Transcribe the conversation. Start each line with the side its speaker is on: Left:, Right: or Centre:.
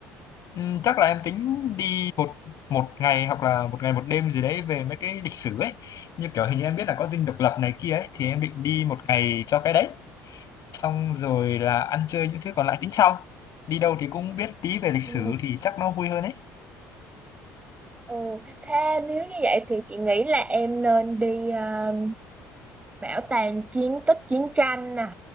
Left: Ừm, chắc là em tính đi một một ngày hoặc là một ngày một đêm gì đấy về mấy cái lịch sử ấy. Như kiểu hình như em biết là có Dinh Độc Lập này kia ấy, thì em định đi một ngày cho cái đấy. xong rồi là ăn chơi những thứ còn lại tính sau đi đâu thì cũng biết tí về lịch
Right: Ừ.
Left: sử thì chắc nó vui hơn ấy
Right: Ừ, thế nếu như vậy thì chị nghĩ là em nên đi à, bảo tàng chiến tích chiến tranh nè